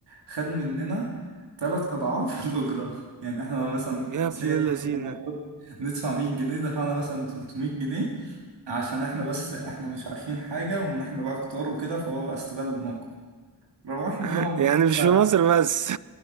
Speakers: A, on the right (about 85°); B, on the right (about 50°).
A: خد مننا تلات أضعاف <laughs> الأجرة يعني احنا مثلا
B: يا ابن
A: سين كنا
B: اللذينة
A: المفروض ندفع 100 جنيه دفعنا مثلا 300 جنيه عشان احنا بس احنا مش عارفين حاجة وان احنا بقى كتار وكده فهو بقى استغل الموقف روحنا
B: <laughs>
A: بقى
B: يعني مش في مصر بس